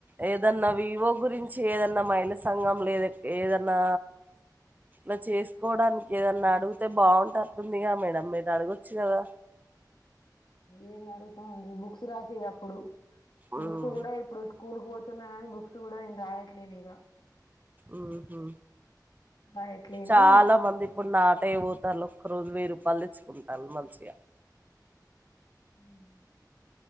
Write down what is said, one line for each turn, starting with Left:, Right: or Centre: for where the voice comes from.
Right: ఏదన్న వివో గురించీ ఏదన్న మహిళ సంఘం లేద ఏదన్నా ఇలా చేసుకోవడానికి ఏదన్నా అడిగితే బాగుంటదిగా మేడం మీరు అడగొచ్చు కదా
Left: ఏం అడుగుతామండీ బుక్స్ రాసీరు అప్పుడు
Right: ఉమ్
Left: బుక్స్ గూడా ఇప్పుడు స్కూల్ పోతున్నానని బుక్స్ కూడా నేను రాయట్లేను ఇగ
Right: ఊహూ
Left: రాయట్లేను
Right: చాల మంది ఇప్పుడు నాట ఏ పోతారు ఒక్కరోజు వేయి రూపాయలు తెచ్చుకుంటర్రు మంచిగ
Left: ఉమ్